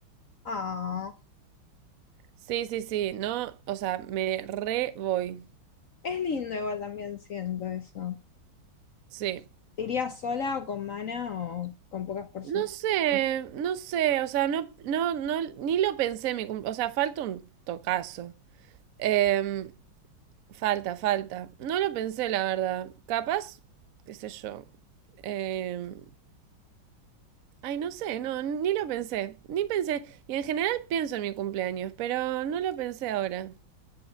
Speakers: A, on the left (about 65°); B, on the right (about 55°).
A: Ah,
B: Sí, sí, sí, no, o sea, me re voy.
A: es lindo igual también siento eso.
B: Sí.
A: ¿Te irías sola o con Mana o con pocas personas?
B: No sé, no sé, o sea, no, no, no, ni lo pensé mi cum- o sea, falta un tocazo. Em, falta, falta. No lo pensé, la verdad. Capaz, qué sé yo. Em, ay, no sé, no, ni lo pensé, ni pensé. Y en general pienso en mi cumpleaños, pero no lo pensé ahora.